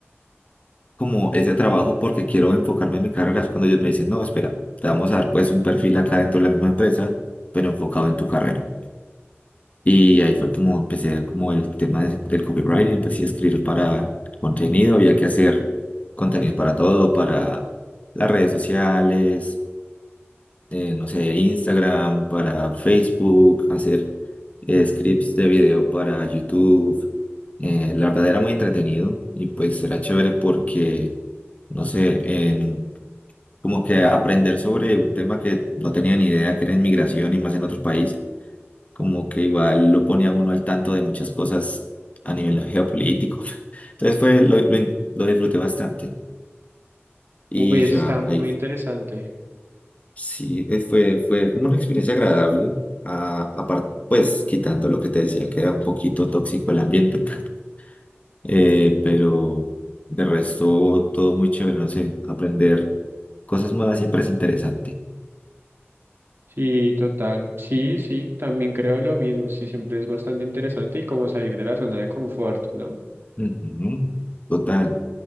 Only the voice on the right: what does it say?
Uy, eso
está muy
interesante.
Sí, total. Sí, sí, también creo lo mismo. Sí, siempre es bastante interesante y como salir de la zona de confort, ¿no?